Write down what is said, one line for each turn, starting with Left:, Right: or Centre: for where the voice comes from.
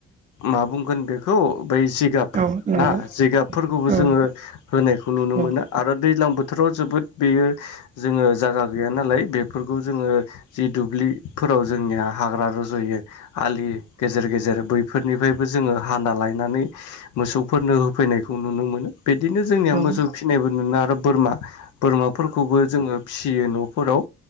Left: मा बुंगोन बेखौ बै जिगाब
Right: औ नंगौ
Left: ना जिगाबफोरखौबो
Right: औ
Left: जोङो होनायखौ नुनो
Right: औ
Left: मोनो आरो दैज्लां बोथोराव जोबोद बेयो जोङो जायागा गैया नालाय बेफोरखौ जोङो जि दुब्लिफोराव जोंनिया हाग्रा रज'यो आलि गेजेर गेजेर बैफोरनिफ्रायबो जोङो हाना लायनानै मोसौफोरनो होफैनायखौ नुनो मोनो बिदिनो जोंनिया
Right: औ
Left: मोसौ फिनायबो नुनो आरो बोरमा बोरमाफोरखौबो जोङो फि फिसियो न'फोराव